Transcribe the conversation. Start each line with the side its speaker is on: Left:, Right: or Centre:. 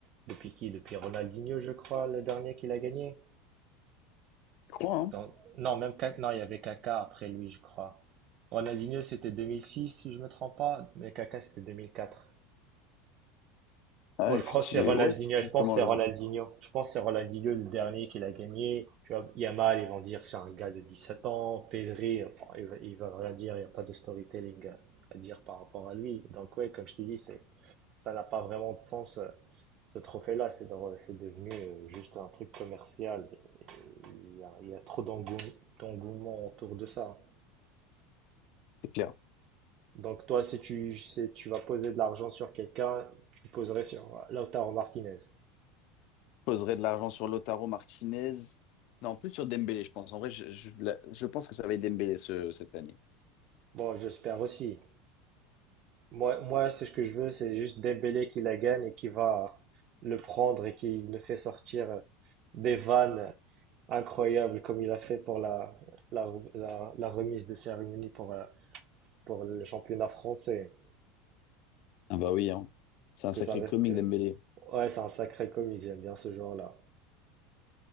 Right: depuis qui? Depuis Ronaldinho, je crois, le dernier qu'il a gagné.
Left: Je crois, hein?
Right: Donc, non, même Ka- non, il y avait Kaka après lui, je crois. Ronaldinho, c'était 2006, si je me trompe pas, mais Kaka, c'était 2004.
Left: Ah,
Right: Bon, je
Left: effectivement.
Right: crois que c'est Ronaldinho,
Left: Ouais, tu
Right: je
Left: as
Right: pense
Left: totalement
Right: que c'est
Left: raison.
Right: Ronaldinho. Je pense que c'est Ronaldinho le dernier qu'il a gagné. Tu vois, Yamal, ils vont dire c'est un gars de 17 ans. Pedri, euh, bon, ils ils veulent rien dire, il n'y a pas de storytelling à à dire par rapport à lui. Donc ouais, comme je te dis, c'est, ça n'a pas vraiment de sens. euh, Ce trophée-là, c'est dans- c'est devenu euh, juste un truc commercial. Et- et Il y a, il y a trop d'engou- d'engouement autour de ça.
Left: C'est clair.
Right: Donc toi, si tu, si tu vas poser de l'argent sur quelqu'un, tu poserais sur Lautaro Martinez.
Left: Je poserais de l'argent sur Lautaro Martinez. Non, plus sur Dembélé, je pense. En vrai, je, je, la- je pense que ça va être Dembélé ce- cette année.
Right: Bon, j'espère aussi. Moi, moi, c'est ce que je veux, c'est juste Dembélé qui la gagne et qui va le prendre et qui nous fait sortir des vannes incroyables comme il a fait pour la, la, la, la remise de cérémonie pour, euh, pour le championnat français.
Left: Ah bah oui, hein. C'est un
Right: Que
Left: sacré
Right: ça reste
Left: comique,
Right: que...
Left: Dembélé.
Right: Ouais, c'est un sacré comique, j'aime bien ce joueur-là.